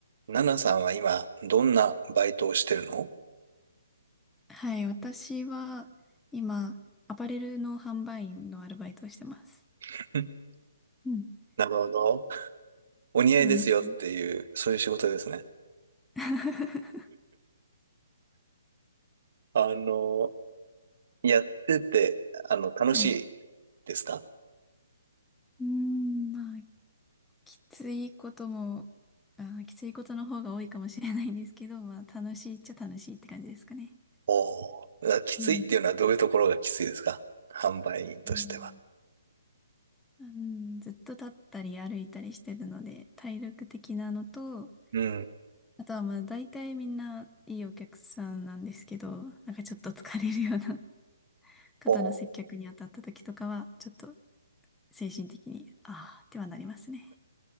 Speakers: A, on the right; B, in the centre.
A: ナナさんは今、どんなバイトをしてるのん
B: はい、私は今、アパレルの販売員のアルバイトをしてます。
A: <laughs>
B: うん。
A: なるほど。お似合いですよっていう、
B: お店。
A: そういう仕事ですね。
B: <laughs>
A: あの、やってて、あの、楽しいですか
B: はい。うーん、まあ、きついことも、あー、きついことの方が多いかもしれないんですけど、まあ、楽しいっちゃ楽しいって感じですかね。
A: おおー。きついっていうのはどういうところがきついですか販売員としては。
B: うんうんうん、ずっと立ったり歩いたりしてるので、体力的なのと、
A: うん。
B: あとはまあ、大体みんないいお客さんなんですけど、なんかちょっと疲れるような肩の接客に当たった時とかは、
A: おー
B: ちょっと精神的に、ああ、ってはなりますね。